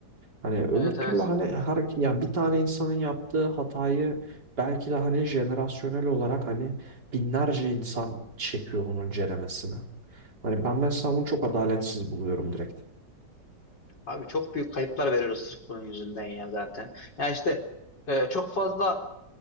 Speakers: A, on the right; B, on the left.
A: Hani öbür
B: Evet evet.
A: türlü hani hareket yani bir tane insanın yaptığı hatayı belki de hani jenerasyonel olarak hani binlerce insan çekiyor onun ceremesine. Hani ben mesela bunu çok adaletsiz buluyorum direkt.
B: Abi çok büyük kayıplar veriyoruz sırf bunun yüzünden ya zaten. Ya işte e, çok fazla